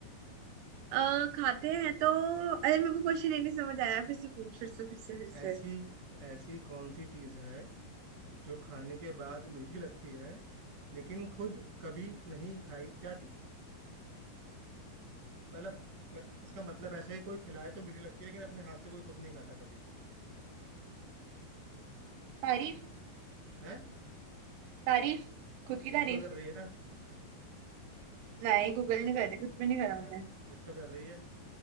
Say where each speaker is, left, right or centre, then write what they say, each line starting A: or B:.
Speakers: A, on the right (about 85°); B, on the right (about 50°).
A: अ, खाते हैं तो अरे मेरे को क्वेश्चन ही नहीं समझ आया फिर से पूछ फिर से फिर से फिर से
B: ऐसी ऐसी कौन सी चीज है जो खाने के बाद मीठी लगती है लेकिन खुद कभी नहीं खाई जाती मतलब मैं- इसका मतलब ऐसा है कोई खिलाए तो मीठी लगती है लेकिन अपने हाथ से कोई खुद नहीं खाता कभी भी
A: तारीफ
B: है
A: तारीफ खुद की
B: तो गूगल
A: तारीफ
B: कर रही है ना
A: नहीं गूगल नहीं करे कुछ भी नहीं करा
B: हाँ,
A: मैंने
B: कुछ तो कर रही है